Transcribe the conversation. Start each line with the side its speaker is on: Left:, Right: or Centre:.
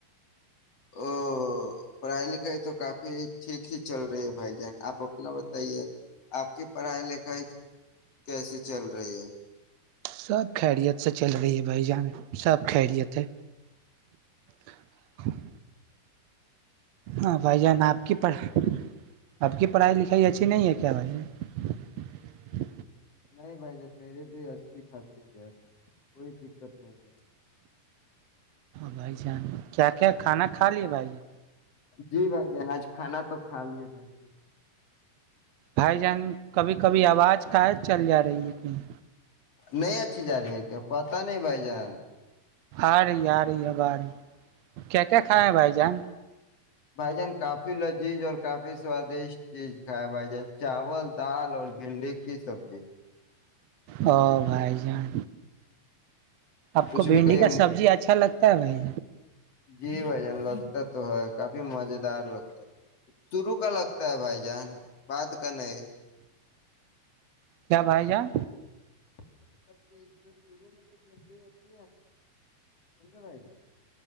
Left: او پڑھائی لکھائی تو کافی ٹھیک ہی چل رہی ہے بھائی جان آپ اپنا بتائیے آپ کی پڑھائی لکھائی کیسی چل رہی ہے
Right: سب خیریت سے چل رہی ہے بھائی جان سب خیریت ہے <inaudible> ہاں بھائی جان آپ کی پڑھا اب کی پڑھائی لکھائی اچھی نہیں ہے کیا بی ہے
Left: نہیں بھائی جان میری بھی اچھی خاصی <inaudible> کوئی دقت نہیں ہے
Right: بھائی جان کیا کیا کھانا کھا لیا بھائی جان
Left: جی بھائی جان آج کھانا تو کھا لیا بھائی جان
Right: بھائی جان کبھی کبھی آواز کا چل جا رہی ہے کہیں
Left: نہیں اچھی جا رہی ہے کیا پتہ نہیں بھائی جان
Right: آرے آ رہے اب رہ کیا کیا کائے ہیں بھائی جان
Left: بھائی جان کافی لذیذ اور کافی سوادشٹ چیز کھیا بھائی جان چاول دال اور بھنڈی کی سبزی
Right: او بھائی جان آپ
Left: کچھ
Right: کو بھنڈی
Left: بھی کہیے
Right: کا سبزی اچھا لگتا ہے بھائی
Left: جی بھائی جان لگتا تو ہے کافی مز دار لگتا ہے شروع کا لگتا ہے بھائی جان بعد کا نہیں
Right: کیا بھائی جان
Left: <unintelligible> سمجھے بھائی جان